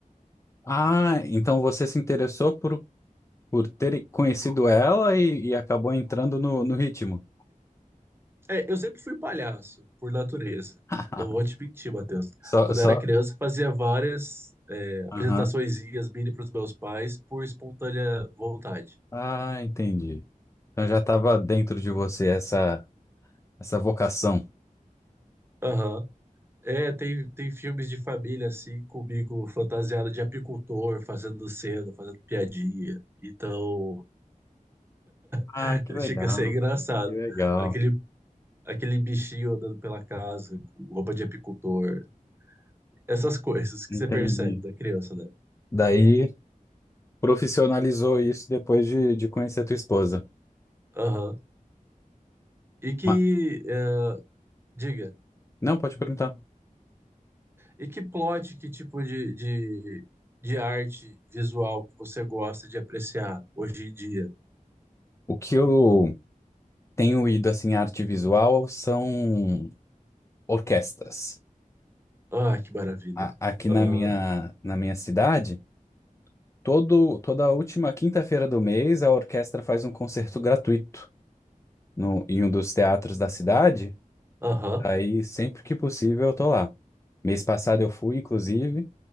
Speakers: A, on the left; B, on the right.
A: Ah, então você se interessou por, por ter conhecido ela e, e acabou entrando no, no ritmo.
B: É, eu sempre fui palhaço, por natureza.
A: <laughs>
B: Não vou te mentir, Matheus.
A: Só,
B: Quando
A: só.
B: eu era criança, fazia várias é, apresentaçõezinhas
A: aham.
B: mini para os meus pais por espontânea vontade.
A: Ah, entendi. Então já estava dentro de você essa, essa vocação.
B: Aham. É, tem, tem filmes de família assim, comigo fantasiado de apicultor, fazendo cena, fazendo piadinha. Então, <laughs>
A: Ah, que legal.
B: chega a ser engraçado.
A: Que legal.
B: Aquele, aquele bichinho andando pela casa com roupa de apicultor. Essas coisas que
A: Entendi.
B: você percebe da criança, né?
A: Daí profissionalizou isso depois de, de conhecer a tua esposa.
B: Aham. E que,
A: Ma-
B: é, diga,
A: não, pode perguntar.
B: e que plot, que tipo de, de, de arte visual que você gosta de apreciar hoje em dia?
A: O que eu tenho ido assim, em arte visual são orquestras.
B: Ah, que maravilha.
A: A- Aqui
B: Aham,
A: na minha, na minha cidade. Todo, toda a última quinta-feira do mês, a orquestra faz um concerto gratuito no, em um dos teatros da cidade.
B: aham.
A: Daí, sempre que possível, eu tô lá. Mês passado eu fui, inclusive,